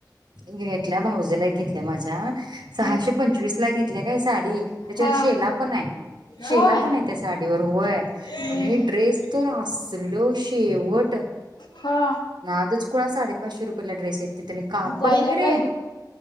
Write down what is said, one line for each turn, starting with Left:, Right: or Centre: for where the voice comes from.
Right: घ्या इथल्या भावजयला एक घेतलय माझ्या सहाशे
Left: मग
Right: पंचवीस ला घेतल्या काय साडी त्याच्यावर
Left: हा
Right: शेला पण आहे शेला
Left: होय
Right: पण आहे त्या साडीवर वय
Left: हम्म
Right: आणि
Left: हम्म
Right: ड्रेस तर असल शेवट
Left: हा
Right: नादच कुळा साडीत पाचशे रुपयेला ड्रेस आहेत तिथं कापड
Left: जायला
Right: वगैरे
Left: पाहिजे